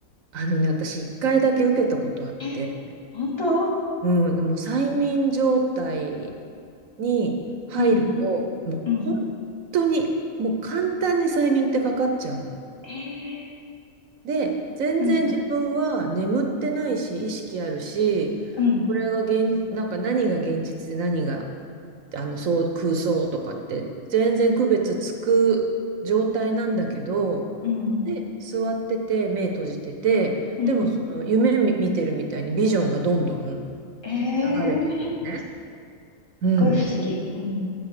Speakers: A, on the right; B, on the left.
A: あのね、私一回だけ受けたことあって、
B: え、本当
A: うん、でも催眠状態に入ると、
B: うん。
A: もう本
B: うん。
A: 当に、もう簡単に催眠ってかかっちゃうの。
B: ええ
A: で、全然自分は眠ってないし、
B: うん。
A: 意識あるし、
B: うん。
A: これが現、なんか何が現実で何があのそう空想とかって、全然区別つく状態なんだけど、
B: うん。
A: で、座ってて、目閉じてて、
B: うん。
A: でもその夢み見てるみたいにビジョンがどんどん流
B: ええ不思議。
A: れていくのね。うん。
B: すごい不思議。うん。